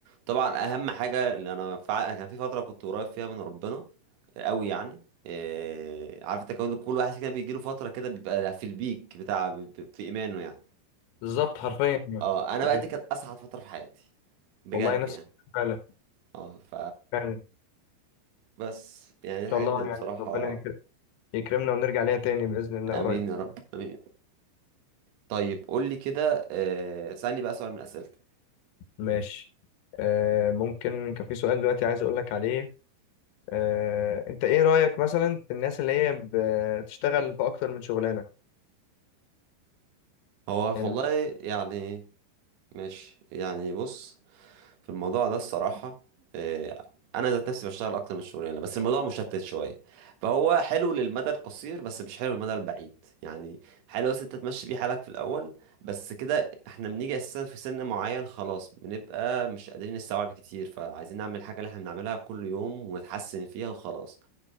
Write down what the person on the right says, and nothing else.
طبعا اهم حاجه اللي انا فع- كان في فتره كنت قريب فيها من ربنا قوي يعني أه عارف انت كون كل واحد كده بيجيله فتره كده بيبقى في البيك بتاع في ايمانه يعني
اه انا
بقى دي كانت اسعد فتره في حياتي بجد
يعني
اه ف
بس يعني دي الحاجات
اللي
بصراحة
آمين
يا رب آمين طيب قول لي كده آه، اسألني بقى سؤال من أسئلتك
هو
والله يعني ماشي يعني بص في الموضوع ده الصراحة آه، أنا ذات نفسي بشتغل أكتر من الشغلانة بس الموضوع مشتت شوية فهو حلو للمدى القصير بس مش حلو للمدى البعيد يعني حلو بس أنت تمشي بيه حالك في الأول بس كده احنا بنيجي أساسا في سن معين خلاص بنبقى مش قادرين نستوعب كتير فعايزين نعمل الحاجة اللي احنا بنعملها كل يوم ونتحسن فيها وخلاص